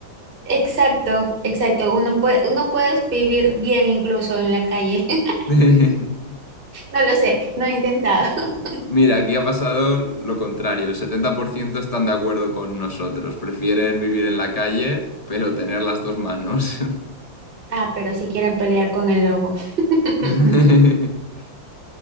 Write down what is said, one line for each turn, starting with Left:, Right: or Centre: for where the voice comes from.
Right: Exacto, exacto. Uno puede, uno puede vivir bien incluso en la calle. <laughs>
Left: <laughs>
Right: No lo sé, no he intentado. <laughs>
Left: Mira, aquí ha pasado lo contrario. El 70% están de acuerdo con nosotros. Prefieren vivir en la calle, pero tener las dos manos.
Right: Ah, pero si quieren pelear con el lobo. <laughs>
Left: <laughs>